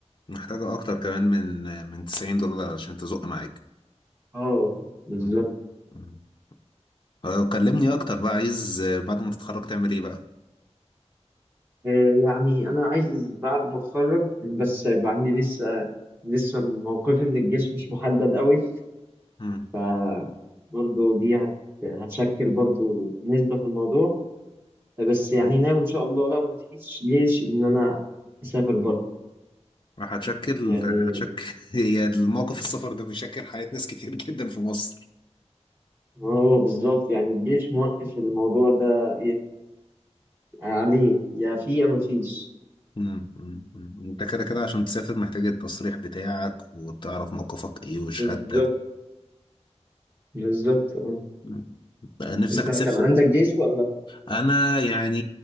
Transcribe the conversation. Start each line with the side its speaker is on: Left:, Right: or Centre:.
Left: محتاجة اكتر كمان من من 90 دولار عشان تزق معاك
Right: اه بالظبط
Left: مم. مم. آه، كلمني اكتر بقى عايز آه، بعد ما تتخرج تعمل ايه بقى
Right: آه، يعني انا عايز بعد ما اتخرج أنا بس هيبقى عندي لسه لسه موقفي من الجيش مش محدد قوي
Left: مم.
Right: ف برضه دي هت... هتشكل برضه نسبة في الموضوع بس يعني
Left: مم.
Right: ناوي إن شاء الله لو مفيش جيش إن أنا أسافر بره
Left: هتشكل
Right: يعني
Left: هتشكل <laughs> هي الموقف السفر ده بيشكل حياة ناس كتير جدا في مصر
Right: هو بالظبط يعني الجيش موقف الموضوع ده إيه عليه يا في يا مفيش
Left: مم. مم. مم. انت كده كده عشان تسافر محتاج التصريح بتاعك وتعرف موقفك ايه وشهادتك
Right: بالظبط بالظبط أه
Left: مم. بقى نفسك
Right: أنت
Left: تسافر
Right: كان عندك جيش ولا
Left: انا يعني